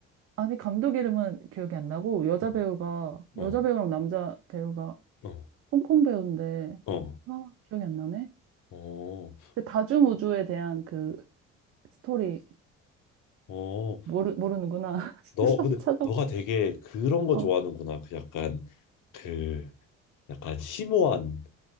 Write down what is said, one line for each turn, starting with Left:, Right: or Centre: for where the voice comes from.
Right: 아니, 감독 이름은 기억이 안 나고, 여자
Left: 응.
Right: 배우가,
Left: 어.
Right: 여자 배우랑 남자 배우가
Left: 어.
Right: 홍콩 배우인데,
Left: 어.
Right: 아, 기억이 안 나네?
Left: 어.
Right: 그 다중우주에 대한 그 스토리,
Left: 어.
Right: 모르, 모르는구나.
Left: 너
Right: <laughs>
Left: 근데
Right: 찾아, 찾아
Left: 너가 되게 그런 거
Right: 어.
Left: 좋아하는구나. 그 약간 그 약간 심오한